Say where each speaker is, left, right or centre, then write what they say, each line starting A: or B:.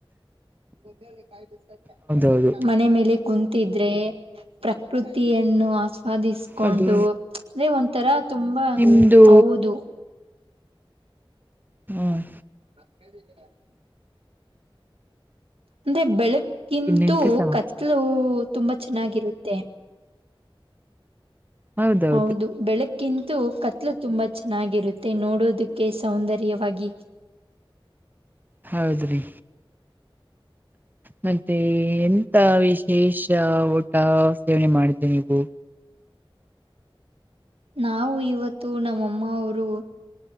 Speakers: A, on the right (about 85°); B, on the right (about 20°).
A: <inaudible>
B: ಹೌದೌದು
A: ಮನೆ ಮೇಲೆ ಕುಂತಿದ್ರೆ ಪ್ರಕೃತಿಯನ್ನು ಆಸ್ವಾದಿಸ್ಕೊಂಡು
B: ಅದು
A: ಅಂದ್ರೆ ಒಂಥರ ತುಂಬಾ
B: ನಿಮ್ದು
A: ಹೌದು
B: ಹ್ಮ್
A: <inaudible> ಅಂದ್ರೆ ಬೆಳಗ್ಗಿಂತೂ
B: ಇನ್ನೆಂತ ಸಮಾಚಾರ
A: ಕತ್ಲು ತುಂಬಾ ಚೆನ್ನಾಗಿರುತ್ತೆ
B: ಹೌದೌದು
A: ಹೌದು ಬೆಳಗ್ ಕಿಂತ್ತು ಕತ್ಲು ತುಂಬಾ ಚೆನ್ನಾಗಿರುತ್ತೆ ನೋಡೋದಕ್ಕೆ ಸೌಂದರ್ಯವಾಗಿ
B: ಹೌದ್ರಿ ಮತ್ತೆ ಎಂತ ವಿಶೇಷ ಊಟ ಸೇವನೆ ಮಾಡಿದ್ರಿ ನೀವು
A: ನಾವು ಇವತ್ತು ನಮ್ಮಮ್ಮ ಅವರು